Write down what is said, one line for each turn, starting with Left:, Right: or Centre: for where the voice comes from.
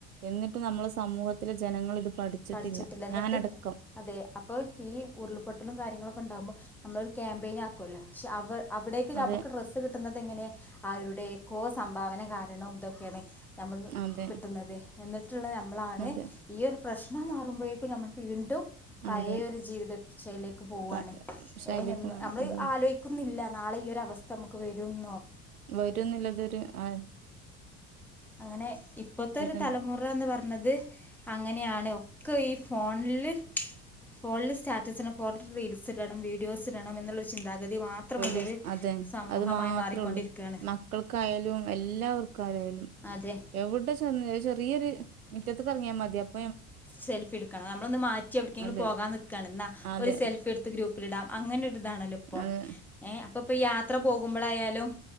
Right: എന്നിട്ട് നമ്മളെ സമൂഹത്തിലെ ജനങ്ങളിത് പടി ച്ചിട്ടില്ലാ
Centre: പഠിച്ചിട്ടില്ല എന്നിട്ട്
Right: ഞാനടക്കം
Centre: അതെ അപ്പോ ഈ ഉരുൾപൊട്ടലും കാര്യങ്ങളൊക്കെ ഇണ്ടാകുമ്പോ നമ്മളൊരു ക്യാമ്പയിൻ ആക്കോല്ലോ ക്ഷെ അവ അവിടേക്ക് നമ്മക്ക്
Right: അതെ
Centre: ഡ്രസ്സ് കിട്ടുന്നത് എങ്ങനെ ആരുടെക്കോ സംഭാവന കാരണം ഇതൊക്കേണ് ഞമ്മൾ ഇന്ന്
Right: അതെ
Centre: കിട്ടുന്നത് എന്നിട്ട്ള്ള ഞമ്മളാണ്
Right: അതെ
Centre: ഈ ഒരു പ്രശ്നം മാറുമ്പോക്കും ഞമ്മൾ വീണ്ടും പയെ
Right: അതെ
Centre: ഒരു ജീവിത ശൈലിയേക്ക് പോവാണ്
Right: പ ശൈലിക്കുമാർ
Centre: ഏഹ് എൻ നമ്മള്
Right: അതന്നെ
Centre: ആലോയി ക്കുന്നില്ല നാളെ ഈ ഒരവസ്ഥ നമ്മക്ക് വെരുന്നോ
Right: വെരുന്നില്ലതൊരു ആഹ്
Centre: അങ്ങനെ ഇപ്പത്തെ ഒരു
Right: തന്നെ
Centre: തലമുറ എന്ന് പറഞ്ഞത് അങ്ങനെയാണ് ഒക്കെ ഈ ഫോണില് ഫോണില് സ്റ്റാറ്റസ്സിടണം ഫോട്ടോട്ത്ത് റീൽസ് ഇടണം വീഡിയോസ് ഇടണം എന്നുള്ളൊരു ചിന്താഗതി മാത് ത്രമുള്ളൊര്
Right: പേടിയൊസ് അതെ
Centre: സമൂഹമായി
Right: അത് മാത്രേ
Centre: മാറിക്കൊണ്ടിരിക്കാണ്
Right: ഉള്ളൂ മക്കൾക്കായാലും എല്ലാവർക്കായാലും
Centre: അതെ
Right: എവിടെ <unintelligible> ചെറിയൊര് മിറ്റത്ത്ക്ക് എറങ്ങ്യാ മതി അപ്
Centre: സെൽഫി ഇട്ക്കണം നമ്മളൊന്ന് മാറ്റി എവ്ട്ക്കേങ്കിലും
Right: അതെ
Centre: പോകാ നിക്കാണ് ഇന്നാ
Right: അതെ
Centre: ഒരു സെൽഫി എട്ത് ത്ത് ഗ്രൂപ്പിലിടാം അങ്ങനെ ഒരു ഇതാണല്ലോ ഇപ്പം
Right: അതെ
Centre: ഏഹ്‌ അപ്പൊ ഇപ്പൊ യാത്ര പോകുമ്പളായാലും